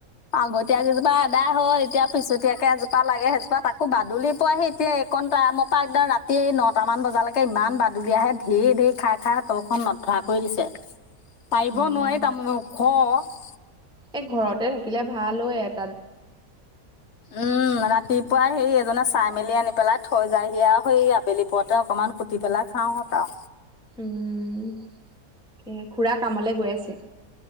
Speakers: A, on the left (about 50°); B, in the centre.
A: আগতে এজোপাত আদায় হ'ল। এতিয়া পিছতীয়াকে এজোপা লাগে সেইজোপা আকৌ বাদুলিৰ পোৱাহি এতিয়া এইকণ টাইমৰ পৰা একদম ৰাত এই নটামান বজালৈকে ইমান বাদুলি আহে। ধেৰ, ধেৰ খাই, খাই তলখন নধৰা কৰি দিছে। পাৰিবও
B: উম
A: নোৱাৰি তাৰমানে ওখ
B: এই ঘৰতে থাকিলে ভাল এই এয়াত
A: উম ৰাতিপুৱাই সেই এজনে চাই মেলি আনি পেলাই থৈ যায়হি আও সেই আবেলি পৰতে অকমান কুটি পেলাই খাওঁ তাও
B: উম এ খুৰা কামলে গৈ আছে।